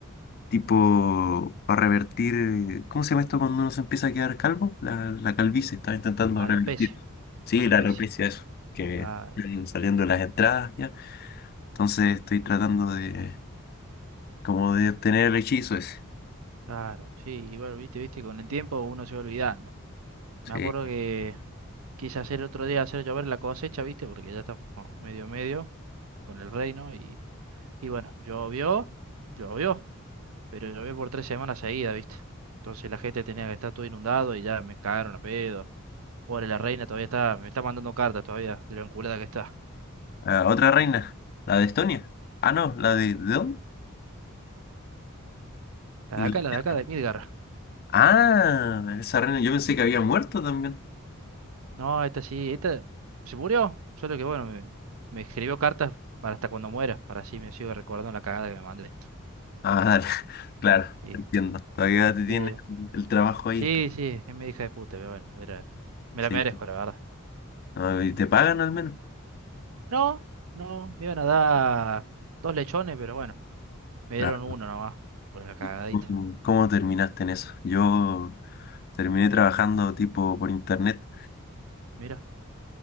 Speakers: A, on the left; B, on the right.
A: tipo para revertir, eh, ¿cómo se llama esto cuando uno se empieza a quedar calvo? La, la calvicie, estaba intentando
B: Alopecia,
A: revertir. Sí,
B: alopecia.
A: la alopecia, eso, que
B: Claro,
A: vienen saliendo las entradas ya. Entonces estoy tratando de, como de obtener el hechizo ese.
B: claro. Sí, igual, viste, viste, con el tiempo uno se va olvidando. Me
A: Sí.
B: acuerdo que quise hacer otro día, hacer llover la cosecha, viste, porque ya está como medio medio con el reino y, y bueno, llovió, llovió, pero llovió por tres semanas seguidas, viste. Entonces la gente tenía que estar todo inundado y ya me cagaron a pedo. Pobre la reina, todavía está, me está mandando cartas todavía de lo enculada que está.
A: Ah, otra reina, la de Estonia. Ah, no, la de, ¿de dónde?
B: La
A: Inglaterra.
B: de acá, la de acá, de Midgar.
A: Ah, esa reina, yo pensé que había muerto también.
B: No, esta sí, esta se murió. Solo que bueno, me, me escribió cartas para hasta cuando muera, para así me sigo recordando la cagada que me mandé.
A: Ah, dale, <laughs> claro,
B: Sí,
A: entiendo. Todavía te tienes
B: sí, era-
A: el trabajo ahí.
B: sí, sí, es mi hija de puta, pero bueno, era, me
A: Sí,
B: la merezco, la verdad.
A: Ah, y te pagan al menos.
B: No, no, me iban a dar dos lechones, pero bueno, me dieron
A: Ah,
B: uno nomás, por la cagadita.
A: ¿y ¿Cómo cómo terminaste en eso? Yo terminé trabajando tipo por internet.
B: Mira,